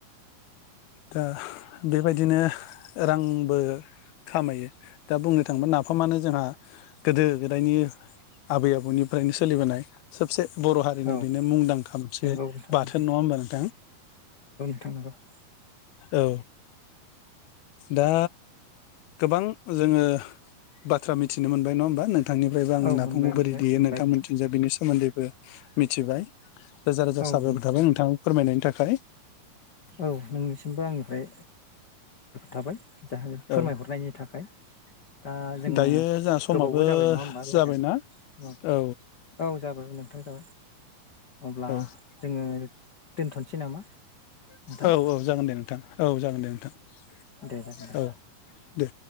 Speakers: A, on the left; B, on the left.
A: दा बेबायदिनो रांबो खामायो। दा बुंनो थाङोबा नाफामानो जोंहा गोदो गोदायनि आबै आबौनिफ्रायनो सोलिबोनाय सबसे बर' हारिनि
B: औ
A: बेनो मुंदांखा मोनसे
B: नंगौ नोंथां
A: बाथोन
B: नंगौ
A: नङा होनबा नोथां।
B: <unintelligible>
A: औ दा गोबां जोङो बाथ्रा मिथिनो मोनबाय नङा होमबा नोंथांनिफ्रायबो आङो
B: औ
A: नाफामखौ
B: मोनबाय
A: बोरै
B: मोनबाय
A: देयो
B: मोनबाय
A: नोंथांमोनथिजाया
B: नोंथां
A: बेनि स सोमोन्दैबो मिथिबाय रोजा रोजा
B: औ
A: साबायर
B: मोनबाय
A: थाबाय नोंथाङा फोरमायनायनि थाखाय।
B: औ नोंनिसिमबो आंनिफ्राय थाबाय जाहे फोरमायहरनायनि
A: औ
B: थाखाय दा जोङो
A: दायो जोंहा समाबो
B: गोबावबो जाबाय नङा होमबा रायज्लायनाया
A: जाबायना
B: समाबो जाबाय
A: औ
B: औ जाबाय हनै। हथाव जाबाय अब्ला
A: औ
B: जोङो दोनथ'नोसै नामा नोंथां
A: औ औ जागोन दे नोंथां औ जागोन दे नोंथां
B: दे जागोन दे
A: औ दे।